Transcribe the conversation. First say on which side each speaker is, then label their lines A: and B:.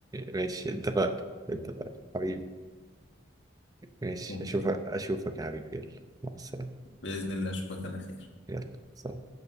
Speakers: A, on the right; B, on the left.
A: ماشي اتفقنا اتفقنا حبيبي ماشي
B: ممكن
A: اشوفك اشوفك يا حبيبي يلا مع السلامة
B: بإذن الله أشوفك على خير
A: يلا سلام